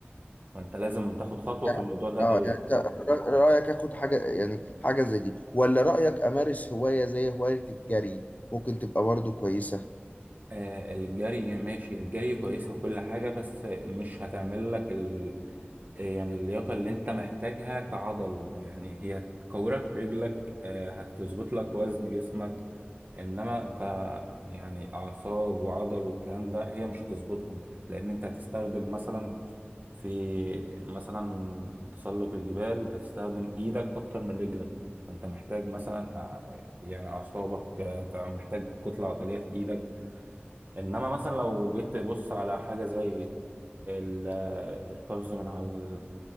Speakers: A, on the right; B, on the left.
A: فانت لازم تاخد خطوة
B: يعني
A: في الموضوع ده الاول
B: اه يعني انت رأ- رايك اخد حاجه يعني حاجه زي دي ولا رايك امارس هوايه زي هوايه الجري ممكن تبقى برضه كويسه
A: آه، الجري ماشي الجري كويسة وكل حاجة بس مش هتعمل لك يعني اللياقة اللي انت محتاجها كعضل يعني هي هتكورك رجلك آه، هتظبط لك وزن جسمك انما ك يعني اعصاب وعضل والكلام ده هي مش هتظبطهم لان انت هتستخدم مثلا في مثلا تسلق الجبال هتستخدم ايدك اكتر من رجلك فانت محتاج مثلا آه، يعني اعصابك آه، هت- محتاج كتلة عضلية في ايدك انما مثلا لو جيت تبص على حاجة زي ال- القفز من على